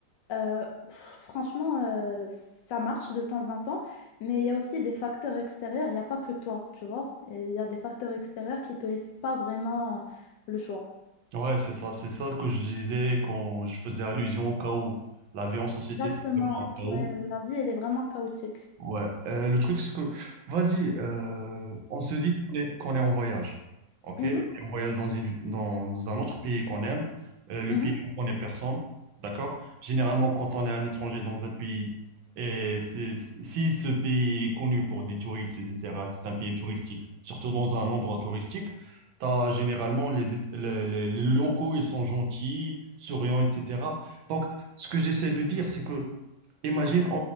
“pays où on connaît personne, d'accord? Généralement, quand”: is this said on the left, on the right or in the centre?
Right